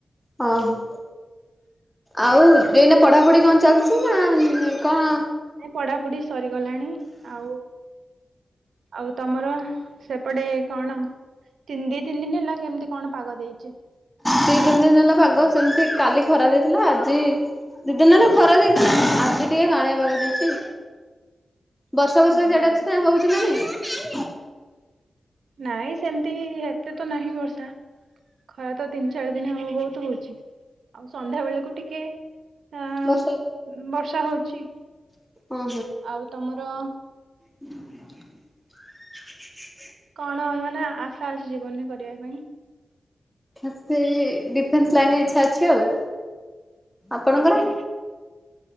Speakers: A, in the centre; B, on the right (about 85°).
A: ହଁ ହ ଆଉ ଏଇନେ ପଢାପଢି କଣ ଚାଲିଛି ନା କଣ?
B: ନାଇଁ ପଢାପଢି ସରିଗଲାଣି ଆଉ ଆଉ ତମର, ସେପଟେ କଣ? ଦି ତିିଧିନି ହେଲା କେମିତି କଣ,? ପାଗ ଦେଇଛି
A: ଦି ତିନ୍ ଦିନ୍ ହେଲା ପାଗ ସେମିତି କାଲି ଖରା ଦେଇଥିଲା, ଆଜି ଦି ଦିନ୍ ହେଲେ ଖରା ଦେଇଥିଲା, ଆଜି ଟିକେ ଗାଳିଆ ପାଗ ଦେଇଛି।
B: <inaudible>
A: ବର୍ଷା ବର୍ଷା ବି ସିଆଡ଼େ
B: ହଏ
A: ଅଛି ନା ହଉଛି ନା ନାଇଁ?
B: ନାଇଁ ସେମିତି, ଏତେ ତ ନାହିଁ ବର୍ଷା ଖରା ତ ତିନି ଚାରି ଦିନ ହବ ବହୁତ ହଉଛି, ଆଉ ସନ୍ଧ୍ୟା ବେଳକୁ ଟିକେ ଆଁ
A: ବର୍ଷା
B: ବର୍ଷା ହଉଚି,
A: ହଁ
B: ଆଉ ତମର
A: ଛୁ ଛୁ <unintelligible>
B: କଣ ମାନେ ଆଶା ଅଛି ଜୀବନରେ କରିବା ପାଇଁ?
A: ସେ ଡିଫେନ୍ସ ଲାଇନରେ ଇଛା ଅଛି ଆଉ, ଆପଣଙ୍କର
B: ଓହୋ